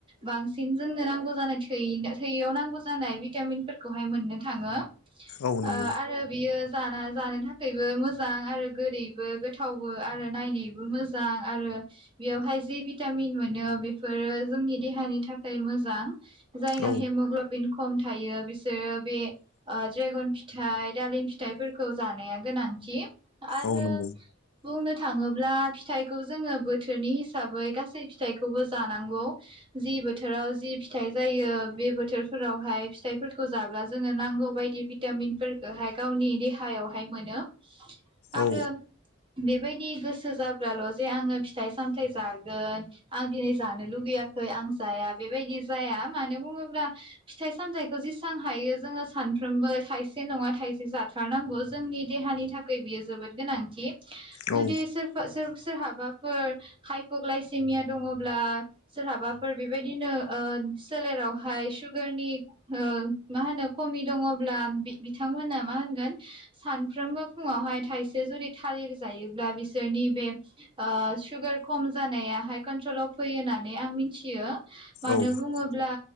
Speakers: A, on the right; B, on the left.
A: बांसिन जों नांगौ जानाय थै थैयाव नांगौ जानाय भिटामिनफोरखौहाय मोननो थांङो।
B: औ
A: ओ
B: नंगौ
A: आरो बियो जाना जानो थाखायबो मोजां आरो गोदैबो गोथावबो आरो नायनो बो मोजां आरो बेयावहाय जि भिटामिन मोनो बेफोरो जोंनि देहानि थाखाय मोजां जायनाव
B: औ
A: हेमग्लबिन खम थायो बिसोरो बे ड्रेगन फिथाइ दालिम फिथाइफोरखौ जानाया गोनां थि आरो
B: औ नंगौ
A: बुंनो थांङोब्ला फिथाइखौ जोंङो बोथोरनि हिसाबै गासै फिथाइखौबो जानांगौ जि बोथोराव जि फिथाइ जायो बे बोथोरफोरावहाय फिथाइफोरखौ जाब्ला जोंङो नांगौ बायदि भिटामिनफोर हाय गावनि देहायावहाय मोनो आरो
B: औ
A: बेबायदि गोसो जा ब्लाल' जे आंङो फिथाइ सामथाय जागोन आं दिनै जानो लुुबैयाखै आं जाया बेबायदि जाया मानो बुंङोब्ला फिथाइ सामथाइखौ जेसां हायो जोंङो सानफ्रोमबो थाइसे नंङा थायसे जाथारनांगौ जोंनि देहानि थाखाय बियो जोबोद गोनांथि
B: औ
A: जुदि सोरबा सोर सोरहाबाफोर हाइप'ग्लायसेमिया दंङब्ला सोरहाबाफोर बेबायदिनो ओ सोलेरावहाय सुगारनि ओ मा होनो खमि दंङब्ला बि-बिथांमोना मा होनगोन सानफ्रोमबो फुंङावहाय थाइसे जुदि थालिर जायोब्ला बिसोरनि बे ओ सुगार खम जानायाहाय कन्ट्रलाव फैयो होननानै आं मिथियो। मानो
B: औ
A: बुंङोब्ला